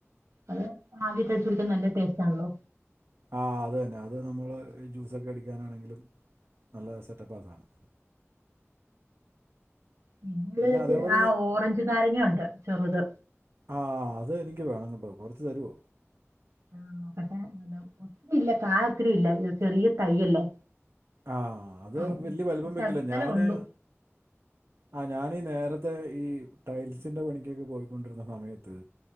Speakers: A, on the right; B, on the right.
A: അത് അതിൽ തേച്ച് കൊടുക്കാൻ നല്ല ടേസ്റ്റാണല്ലോ.
B: ആഹ് അത് തന്നെ. അത് നമ്മള് ഈ ജ്യൂസൊക്കെ അടിക്കാനാണെങ്കിലും. നല്ല സെറ്റപ്പാ ആ സാധനം.
A: <unintelligible>
B: പിന്നെ അതേപോലെ
A: ആ
B: നി-
A: ഓറഞ്ച് നാരങ്ങ ഒണ്ട് ചെറുത്.
B: ആ അത് എനിക്ക് വേണം കേട്ടോ. കൊറച്ച് തരുവോ?
A: <unintelligible> ഇല്ല കാ ഒത്തിരിയില്ല. ചെറിയ തൈയല്ലേ.
B: ആഹ് അത്
A: ആ,
B: വല്യ വലുപ്പം വെക്കില്ല.
A: ശകലം
B: ഞാന്.
A: ഉള്ളൂ
B: ആ ഞാനീ നേരത്തെ ഈ ടൈൽസിന്റെ പണിക്കൊക്കെ പോയിക്കൊണ്ടിരുന്ന സമയത്ത്